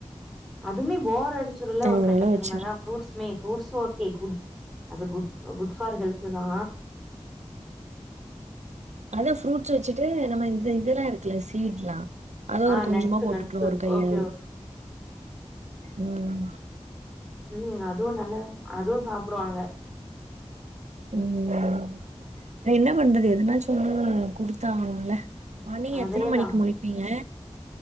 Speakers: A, in the centre; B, on the right (about 85°).
A: அதுமே போர் அடிச்சுரூல
B: அதனால
A: ஒரு கட்டத்துக்கு
B: வச்சிரு
A: மேல ஃப்ரூட்ஸ் ஃப்ரூட்ஸ் ஓகே குட் அது குட் குட் ஃபார் ஹெல்த்து தா
B: அதா ஃப்ரூட்ஸ் வச்சுட்டு நம்ம இந்த இதெல்லா இருக்கே சீட்லா அத
A: ஆ
B: ஒரு கொஞ்சமா
A: நட்ஸு
B: போட்டுவுட்ருவே
A: நட்ஸு
B: ஒரு கை
A: ஓகே
B: அளவுக்கு
A: ஓகே
B: உம்
A: உம் அதுவு நல்ல அதுவு சாப்டுவாங்க
B: உம் என்ன பண்றது எதுனா சும்மா குடுத்தாகணு‌ல மணி
A: அதேதா
B: எத்தன மணிக்கு முழிப்பீங்க